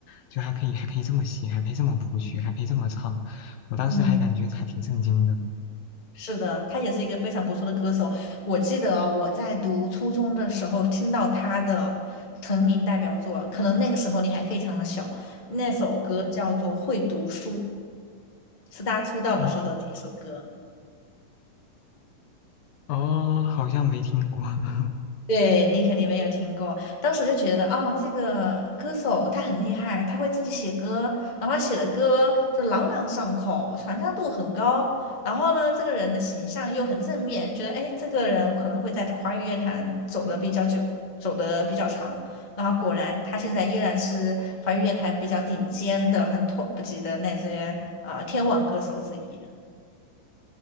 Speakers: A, on the left (about 75°); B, on the left (about 25°).
A: 就还可以还可以这么写，还可以这么谱曲，还可以这么唱，我当时还感觉还挺震惊的。
B: 嗯，是的，他也是一个非常不错的歌手。我记得我在读初中的时候听到他的成名代表作，可能那个时候你还非常的小，那首歌叫做《会读书》，是他出道的时候的第一首歌。
A: 哦，哦，好像没听过。<laughs>
B: 对你肯定没有听过，当时就觉得哦，这个歌手他很厉害，他会自己写歌，然后他写的歌就朗朗上口，传唱度很高。然后呢，这个人的形象又很正面，觉得哎，诶这个人可能会在华语乐坛走得比较久，走得比较长。然后果然，他现在依然是华语乐坛比较顶尖的、很 top 级的那些啊、呃天王歌手之一。